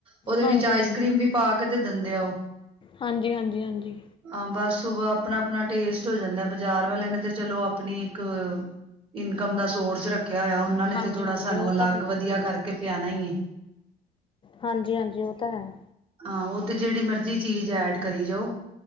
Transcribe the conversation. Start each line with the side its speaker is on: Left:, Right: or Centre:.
Right: ਓਹਦੇ
Left: ਹਾਂਜੀ
Right: ਵਿੱਚ ਆਈਸ
Left: ਹਾਂਜੀ
Right: ਕਰ੍ਰੀਮ ਵੀ ਪਾ, ਕੇ, ਤੇ, ਦਿੰਦੇ ਓਹ।
Left: ਹਾਂਜੀ -ਹਾਂਜੀ- ਹਾਂਜੀ।
Right: ਹਾਂ ਬਸ ਵ ਆਪਣਾ -ਆਪਣਾ ਟੇਸਟ ਹੋ ਜਾਂਦਾ, ਬਾਜ਼ਾਰ ਵਾਲਿਆਂ ਨੇ ਤੇ ਚਲੋ ਆਪਣੀ ਇੱਕ ਇਨਕਮ ਦਾ ਸੋਰਸ ਰੱਖ ਖੇਆ ਹੋਏਆ ਓਨਾਂ ਨੇ
Left: ਹਾਂਜੀ
Right: ਤੇ ਥੋੜ੍ਹਾ
Left: ਹਾਂਜੀ
Right: ਸਾਨੂੰ
Left: ਉਹ
Right: ਅਲੱਗ
Left: ਤਾਂ ਫਿਰ
Right: ਵੱਧੀਆ ਕਰਕੇ ਪਿਆਣਾ ਈ, ਏ।
Left: ਹਾਂਜੀ -ਹਾਂਜੀ ਓ ਤਾਂ ਹੈ।
Right: ਆਹ ਉਹ ਤੇ ਜਿਹੜੀ ਮਰਜ਼ੀ ਚੀਜ਼ ਐਡ ਕਰੀ ਜਾਓ।